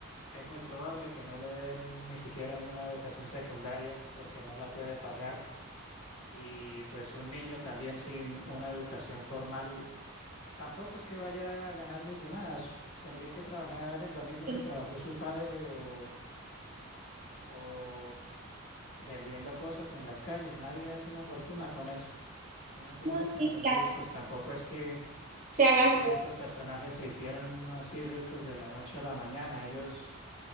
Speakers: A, on the left (about 65°); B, on the right (about 35°).
A: es muy probable que no le den ni siquiera una educación secundaria porque no la puede pagar. Y pues un niño también sin una educación formal tampoco es que vaya a ganar millonadas. Tendría que trabajar en lo mismo
B: sí.
A: que trabajó su padre o, o vendiendo cosas en las calles, nadie hace una fortuna con eso. ¿Sí me entiendes?
B: No, sí,
A: Entonces,
B: claro.
A: pues tampoco es que
B: Se haga.
A: es que estos personajes se hicieron así ricos de la noche a la mañana. Ellos